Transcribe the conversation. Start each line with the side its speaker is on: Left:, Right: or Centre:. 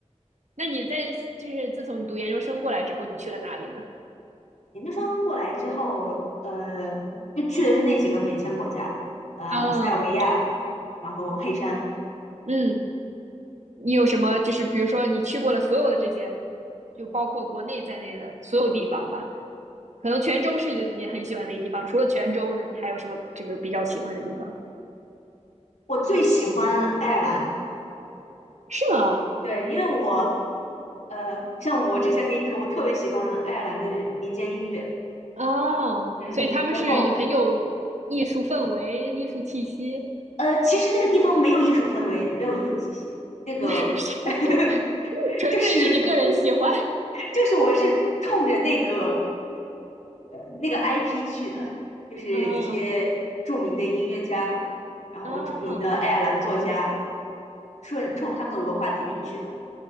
Right: 那你在就是自从你读研究生过来之后，你去了哪里呢？
Left: 研究生过来之后，呃，就去的是那几个免签国家，呃，
Right: 哦，
Left: 塞尔维亚，然后黑山。
Right: 嗯，你有什么就是比如说你去过了所有的这些，就包括国内在内的所有地方吧？可能泉州是你很喜欢的一个地方，除了泉州呢，你还有什么就是比较喜欢的地方？
Left: 我最喜欢爱尔兰，
Right: 是吗？
Left: 对，因为我，呃，像我之前给你说，我特别喜欢爱尔兰的民间音乐，
Right: 哦，
Left: 嗯，
Right: 所以他们是很有艺术氛围、
Left: 然后
Right: 艺术气息，
Left: 呃，其实那个地方没有艺术氛围，没有艺术气息。那个
Right: <laughs>
Left: <laughs>
Right: 纯粹是你个人喜欢。
Left: 就是就是我是冲着那个呃那个 IP 去的，就是一些著名的音乐家，
Right: 哦
Left: 然后著名的爱尔兰作家，
Right: 哦
Left: 顺冲他们的文化底蕴去的。